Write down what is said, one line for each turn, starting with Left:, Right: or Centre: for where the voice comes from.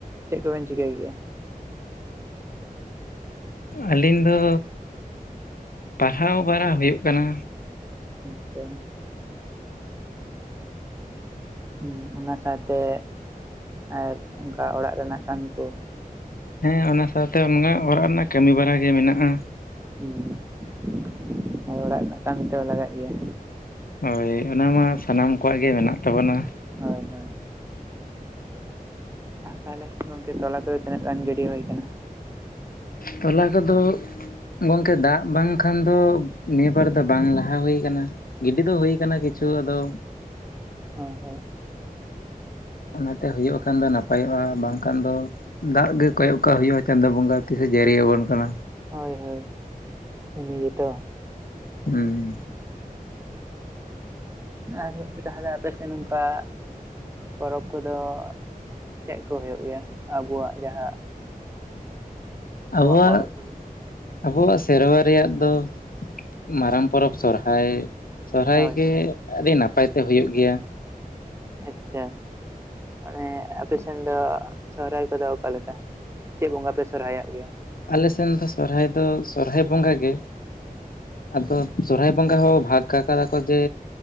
Right: ᱪᱮᱫ ᱠᱚᱵᱮᱱ ᱪᱤᱠᱟᱹᱭ ᱜᱮᱭᱟ?
Left: ᱟᱹᱞᱤᱧ ᱫᱚ ᱯᱟᱲᱦᱟᱣ ᱵᱟᱲᱟ ᱦᱳᱭᱳᱜ ᱠᱟᱱᱟ᱾
Right: ᱟᱪᱪᱷᱟ᱾ ᱦᱩᱸ ᱚᱱᱟ ᱥᱟᱶᱛᱮ ᱟᱨ ᱚᱝᱠᱟ ᱚᱲᱟᱜ ᱨᱮᱱᱟᱜ ᱠᱟᱢᱤ ᱠᱚ᱾
Left: ᱦᱮᱸ ᱚᱱᱟ ᱥᱟᱶᱛᱮ ᱚᱱᱢᱚᱝᱟᱜ ᱚᱨᱟᱜ ᱨᱮᱱᱟᱜ ᱠᱟᱹᱢᱤ ᱵᱟᱨᱟ ᱜᱮ ᱢᱮᱱᱟᱜᱼᱟ᱾
Right: ᱦᱩᱸ ᱦᱳᱭ ᱚᱲᱟᱜ ᱨᱮᱱᱟᱜ ᱠᱟᱹᱢᱤ ᱛᱚ ᱞᱟᱜᱟᱜ ᱜᱮᱭᱟ᱾
Left: ᱦᱳᱭ ᱚᱱᱟ ᱢᱟ ᱥᱟᱱᱟᱢ ᱠᱚᱭᱟᱜ ᱜᱮ ᱢᱮᱱᱟᱜ ᱛᱟᱵᱚᱱᱟ᱾
Right: ᱦᱳᱭ ᱦᱳᱭ ᱛᱟᱦᱞᱮ ᱜᱚᱝᱠᱮ ᱛᱚᱞᱟ ᱠᱚᱫᱚ ᱛᱤᱱᱟᱹᱜ ᱜᱟᱱ ᱜᱤᱰᱤ ᱦᱳᱭ ᱠᱟᱱᱟ?
Left: ᱛᱚᱞᱟ ᱠᱚᱫᱚ ᱜᱚᱝᱠᱮ ᱫᱟᱜ ᱵᱟᱝᱠᱷᱟᱱ ᱫᱚ, ᱱᱤᱭᱟᱹ ᱵᱟᱨ ᱫᱚ ᱵᱟᱝ ᱞᱟᱦᱟ ᱦᱳᱭ ᱠᱟᱱᱟ᱾ ᱜᱤᱰᱤ ᱫᱚ ᱦᱩᱭ ᱠᱟᱱᱟ ᱠᱤᱪᱷᱩ ᱟᱫᱚ
Right: ᱦᱳᱭ ᱦᱳᱭ
Left: ᱚᱱᱟᱛᱮ ᱦᱳᱭᱳᱜ ᱠᱷᱟᱱ ᱫᱚ ᱱᱟᱯᱟᱭᱚᱜᱼᱟ ᱵᱟᱝᱠᱷᱟᱱ ᱫᱚ ᱫᱟᱜ ᱜᱮ ᱠᱚᱭᱚᱜ ᱠᱟᱜ ᱦᱩᱭᱩᱜᱼᱟ ᱪᱟᱸᱫᱚ ᱵᱚᱸᱜᱟ ᱛᱤᱥᱮ ᱡᱟᱹᱨᱤᱭᱟᱵᱚᱱ ᱠᱟᱱᱟ᱾
Right: ᱦᱳᱭ ᱦᱳᱭ ᱩᱱᱤ ᱜᱮᱛᱚ᱾
Left: ᱦᱩᱸ
Right: ᱟᱨ ᱡᱟᱦᱟᱸᱱᱟ ᱟᱯᱮ ᱥᱮᱱ ᱚᱝᱠᱟ ᱯᱚᱨᱚᱵᱽ ᱠᱚᱫᱚ ᱪᱮᱜᱠᱚ ᱦᱳᱭᱳᱜ ᱜᱮᱭᱟ ᱟᱵᱩᱣᱟᱜ ᱡᱟᱦᱟᱸ
Left: ᱟᱵᱚᱣᱟᱜ
Right: ᱯᱚᱨᱚᱵᱽ ᱠᱚᱫᱚ?
Left: ᱟᱵᱚᱣᱟᱜ ᱥᱮᱨᱣᱟ ᱨᱮᱭᱟᱜ ᱫᱚ ᱢᱟᱨᱟᱝ ᱯᱚᱨᱚᱵᱽ ᱥᱚᱨᱦᱟᱭ, ᱥᱚᱦᱨᱟᱭ
Right: ᱦᱳᱭ
Left: ᱜᱮ
Right: ᱦᱳᱭ
Left: ᱟᱹᱰᱤ ᱱᱟᱯᱟᱭ ᱛᱮ ᱦᱳᱭᱳᱜ ᱜᱮᱭᱟ᱾
Right: ᱟᱪᱪᱷᱟ ᱟᱱᱮ ᱟᱯᱮ ᱥᱮᱱ ᱫᱚ ᱥᱚᱦᱨᱟᱭ ᱠᱚᱫᱚ ᱚᱠᱟᱞᱮᱠᱟ, ᱪᱮᱜ ᱵᱚᱸᱜᱟ ᱯᱮ ᱥᱚᱨᱦᱟᱭᱚᱜ ᱜᱮᱭᱟ?
Left: ᱟᱞᱮ ᱥᱮᱱ ᱫᱚ ᱥᱚᱨᱦᱟᱭ ᱫᱚ, ᱥᱚᱨᱦᱟᱭ ᱵᱚᱸᱜᱟ ᱜᱮ᱾ ᱟᱫᱚ ᱥᱚᱨᱦᱟᱭ ᱵᱚᱸᱜᱟ ᱦᱚᱸ ᱵᱷᱟᱜᱽ ᱠᱟᱠᱟᱫᱟ ᱠᱚ ᱡᱮ